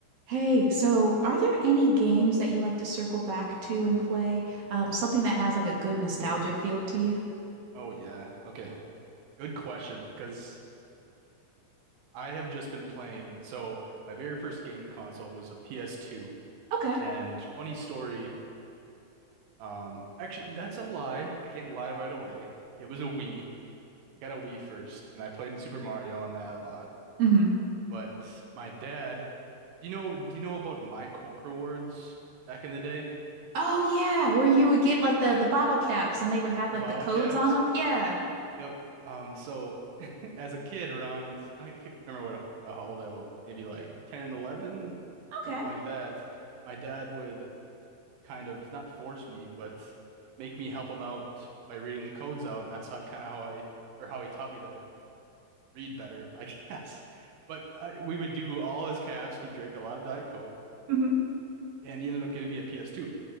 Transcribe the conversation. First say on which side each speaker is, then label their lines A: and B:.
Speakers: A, on the right; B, on the right.
A: Hey, so are there any games that you like to circle back to and play? Um, something that has like a good nostalgia
B: Oh,
A: feel to you?
B: oh yeah. Okay. Good question, because I have just been playing. So my very first gaming console was a PS2.
A: Okay.
B: And funny story, um, actually that's a lie. I can't lie right away. It was a Wii. I got a Wii first, and I played Super Mario on that a lot.
A: hmm
B: But my dad, you know, do you know about my Coke rewards back in the day?
A: Oh yeah, where you would get like the the bottle caps and they would have
B: The
A: like
B: bottle
A: the codes
B: caps?
A: on them. Yeah.
B: Yep. Um, so <laughs> as a kid around, I can't remember what uh, how old I was, maybe like 10, 11,
A: Okay.
B: something like that. My dad would kind of not force me, but make me help him out by reading the codes out, and that's how kind of how I or how he taught me to read better, <laughs> I guess. But I, we would do all his calves. He drank a lot of Diet Coke,
A: hmm
B: and he ended up getting me a PS2.